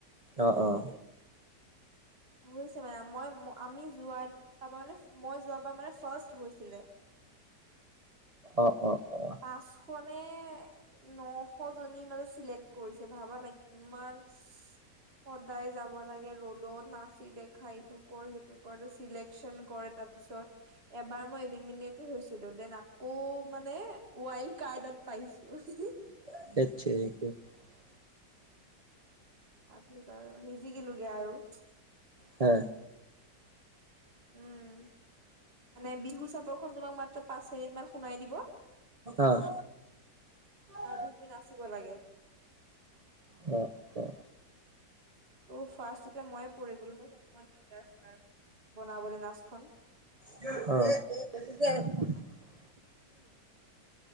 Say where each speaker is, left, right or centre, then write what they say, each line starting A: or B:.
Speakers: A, on the right (about 50°); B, on the right (about 35°).
A: অ অঁ।
B: হৈছে মানে মই আমি যোৱা মানে মই যোৱাৰ পৰা মানে ফাৰ্ষ্ট হৈছিলে,
A: অ অ অ
B: পাঁচ শ নে নশ জনী মাজত চিলেক্ট কৰিছে ভাবা না কিমান সদায় যাব লাগে ৰ'দত না নাচি দেখা এইটো কৰ সেইটো কৰ চিলেকচন কৰ তাৰ পিছত এবাৰ মই এলিমিনেটো ছিলো দেন আকৌ মানে ৱাইল্ড কাৰ্ডত পাইছো <unintelligible>
A: <unintelligible> <unintelligible>
B: তাৰপিছত আৰু নিজিকিলোগে আৰু <unintelligible>
A: হে।
B: উম মানে বিহু চাপৰখন তোমাক মাত্ৰ পাঁচ মিনিট মান শুনাই দিব
A: আহ <unintelligible>
B: <unintelligible> নাচিব লাগে।
A: অহ-অহ।
B: ত ফাৰ্ষ্টতে মইে পৰী গ'লো ন, ত অকণমান দিগদাৰ হৈ। বনৱলে নাচখন।
A: অহ।